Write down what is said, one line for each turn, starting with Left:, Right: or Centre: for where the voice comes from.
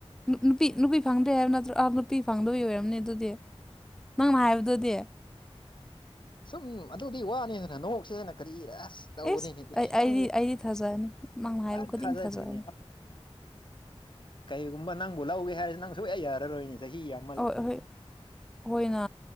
Centre: ꯅꯨ ꯅꯨꯄꯤ ꯅꯨꯄꯤ ꯐꯪꯗ꯭ꯔꯦ ꯍꯥꯏꯕ ꯅꯠꯇ꯭ꯔꯣ ꯑꯥ ꯅꯨꯄꯤ ꯐꯪꯗꯨꯏ ꯑꯣꯏꯔꯝꯅꯤ ꯗꯨꯗꯤ ꯅꯪꯅ ꯍꯥꯏꯕꯗꯨꯗꯤ
Left: ꯁꯨꯝ ꯑꯗꯨꯗꯤ ꯋꯥꯅꯤꯗꯅ ꯅꯣꯛꯁꯦꯅ ꯀꯔꯤ ꯑꯁ ꯇꯧꯕꯅꯤꯅꯦ
Centre: ꯏꯁ
Left: ꯅꯪꯁꯦ
Centre: ꯑꯩ ꯑꯩꯗꯤ ꯊꯥꯖꯅꯤ ꯅꯪꯅ ꯍꯥꯢꯕ
Left: ꯐꯖꯅ
Centre: ꯈꯨꯗꯤꯡ
Left: ꯊꯥꯖꯈ꯭ꯔꯦꯅꯦ
Centre: ꯊꯥꯖꯒꯅꯤ
Left: ꯑ ꯀꯩꯒꯨꯝꯕ ꯅꯪꯕꯨ ꯂꯧꯒꯦ ꯍꯥꯢꯔ ꯅꯪ ꯁꯨꯛꯌꯥ ꯌꯥꯔꯔꯣꯢꯅꯦ ꯆꯍꯤ ꯌꯥꯝ
Centre: ꯑꯥ ꯑꯍꯣꯢ ꯍꯣꯢꯅ